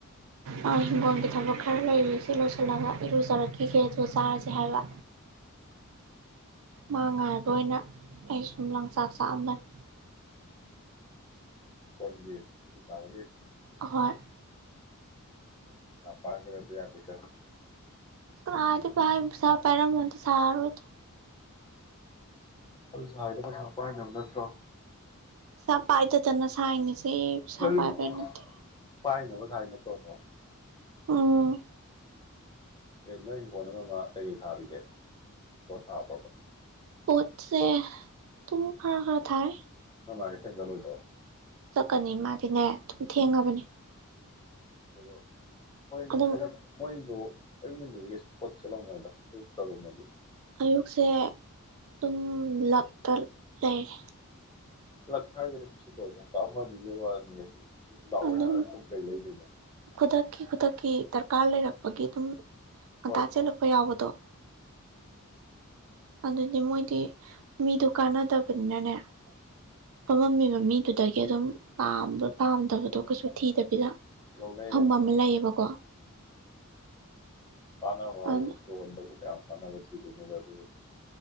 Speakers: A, on the right; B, on the left.
A: ꯑ ꯍꯤꯡꯒꯣꯟꯒꯤ ꯊꯕꯛ ꯈꯥꯔ ꯂꯩꯔꯤ ꯂꯣꯏꯁꯤꯜꯂꯒ ꯏꯔꯨꯖꯔꯛꯈꯤꯒꯦ ꯑꯗꯨ ꯆꯥꯔꯁꯦ ꯍꯥꯏꯕ ꯃꯥ ꯉꯥꯏꯕ ꯑꯣꯏꯅ ꯑꯩꯁꯨꯝ ꯂꯪꯆꯥꯛ ꯆꯥꯛꯑꯝꯕꯅꯤ
B: ꯄꯠꯕꯤ ꯐꯤ ꯁꯥꯕꯒꯤ
A: ꯍꯣꯏ
B: ꯄꯩꯁꯥ ꯄꯥꯏꯕꯒꯥꯁꯦ ꯌꯥꯗꯦꯀꯣ
A: ꯀꯥꯔꯥꯏꯗꯩ ꯄꯥꯏꯕ ꯄꯩꯁꯥ ꯄꯥꯏꯔꯝꯃꯥꯗꯤ ꯁꯥꯔꯔꯣꯏꯗ
B: ꯑꯗꯨ ꯁꯥꯔꯤꯗꯣ ꯄꯩꯁꯥ ꯄꯥꯏꯅꯕ ꯅꯠꯇ꯭ꯔꯣ
A: ꯁ ꯄꯥꯏꯗꯗꯅ ꯁꯥꯏꯅꯤꯁꯦ ꯄꯩꯁꯥ
B: ꯑꯗꯨ
A: ꯄꯥꯏꯕꯩ ꯅꯠꯇꯦ
B: ꯄꯥꯏꯅꯕ ꯁꯥꯔꯤ ꯅꯠꯇ꯭ꯔꯣ ꯗꯣ
A: ꯎꯨꯝ
B: ꯑꯦ ꯅꯪ ꯍꯤꯡꯒꯣꯟ ꯑꯃꯃ ꯀꯩ-ꯀꯩ ꯊꯥꯔꯤꯒꯦ ꯄꯣꯠ ꯊꯥꯗ꯭ꯔꯕꯣ
A: ꯄꯣꯠꯁꯦ ꯇꯨꯡ ꯈꯥꯔ-ꯈꯔ ꯊꯥꯏ
B: ꯅꯣꯏ ꯃꯥꯗꯤ ꯀꯩꯊꯦꯟ ꯆꯠꯂꯣꯏꯗꯣ
A: ꯆꯠꯀꯅꯤ ꯃꯥꯗꯤꯅꯦ ꯑꯗꯨꯝ ꯊꯦꯡꯉꯕꯅꯤ
B: ꯑꯗꯨꯕꯨ ꯃꯣꯏꯅꯦ
A: ꯑꯗꯨꯝ
B: ꯑꯩ ꯃꯣꯏꯕꯨ ꯑꯩ ꯃꯟꯗꯦꯗ ꯀꯩꯁꯨ ꯄꯣꯠ ꯁꯤꯠꯂꯝꯃꯣꯏꯗ ꯇꯒ ꯃꯥꯗꯤ
A: ꯑꯌꯨꯛꯁꯦ ꯗꯨꯝ ꯂꯛꯇ ꯂꯩꯔꯦ
B: ꯂꯛ ꯍꯥꯏꯁꯦ ꯀꯩꯁꯨ ꯁꯤꯠꯂꯣꯏꯗ <inaudible> ꯋꯥꯗꯅꯤ ꯀꯩꯁꯨ ꯂꯥꯛꯑꯣꯏ
A: ꯑꯗꯨꯝ
B: ꯍꯥꯏꯔ ꯀꯩ ꯂꯩꯗꯣꯏꯅꯣ
A: ꯈꯨꯗꯛꯀꯤ-ꯈꯨꯗꯛꯀꯤ ꯗꯔꯀꯥꯔ ꯂꯩꯔꯛꯄꯒꯤ ꯑꯗꯨꯝ ꯉꯟꯇꯥ
B: ꯍꯣꯏ
A: ꯆꯦꯜꯂꯛꯄ ꯌꯥꯎꯕꯗꯣ ꯑꯗꯅꯤ ꯃꯣꯏꯗꯤ ꯃꯤꯗꯣ ꯀꯥꯟꯅꯗꯕꯅꯤꯅꯅꯦ ꯐꯝꯃꯝꯃꯤꯕ ꯃꯤꯗꯨꯗꯩ ꯑꯗꯨꯝ ꯄꯥꯝꯕ꯭ꯔ ꯄꯥꯝꯗꯕꯗꯣ ꯀꯩꯁꯨ ꯊꯤꯗꯕꯤꯗ
B: ꯂꯧꯅꯩꯌꯦꯕ
A: ꯐꯝꯃꯥ ꯑꯝ ꯂꯩꯌꯦꯕꯀꯣ
B: ꯀꯥꯅꯕ ꯍꯥꯏꯒ
A: ꯑꯗꯨ
B: ꯍꯥꯏꯖꯤ ꯐꯤꯔꯣꯟꯗꯗꯤ ꯐꯅꯌꯥꯝ ꯀꯥꯟꯅꯕ ꯊꯤꯗꯣꯏꯅꯦ ꯑꯗꯨꯕꯨꯗꯤ